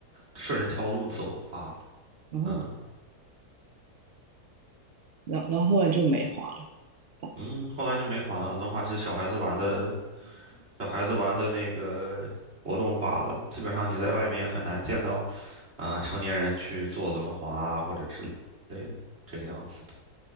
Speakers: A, on the right; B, on the right.
A: 顺着一条路走罢了。
B: 然后，
A: 嗯
B: 然后然后后来就没滑了，这
A: 嗯，后来就没滑了，轮滑只是小孩子玩的小孩子玩的那个活动罢了，基本上你在外面也很难见到。啊，成年人去坐轮滑啊或者之类的，这个样子的。